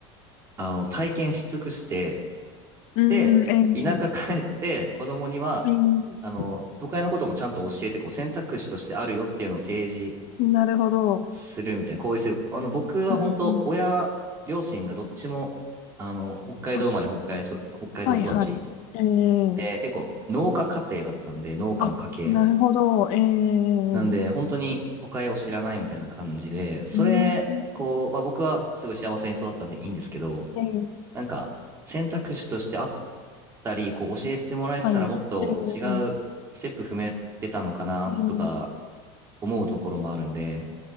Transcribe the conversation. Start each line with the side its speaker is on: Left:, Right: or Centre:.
Right: あの、体験し尽くして、
Left: うーん、
Right: で、
Left: えー、
Right: 田舎帰って、子供には、
Left: えー
Right: あの、都会のこともちゃんと教えて、こう、選択肢としてあるよっていうのを提示
Left: なるほど。
Right: するみたいな、こういう制度。あの、僕は本当、
Left: うーん、
Right: 親、両親がどっちも、あの、北海道生まれ、
Left: あ、
Right: 北海そ、北海道育ち。
Left: はいはい。えー、
Right: で、結構、農家家庭だったんで、農家の家系。
Left: あ、なるほど。えー、
Right: なんで、本当に都会を知らないみたいな感じで、それ、
Left: うーん、
Right: こう、まあ僕はすごい幸せに育ったんでいいんですけど、
Left: えー、
Right: なんか、選択肢としてあったり、こう、教えてもらえてたらもっと違うステップ踏めてたのかな、
Left: 何えー、えー
Right: とか、思うところもあるんで、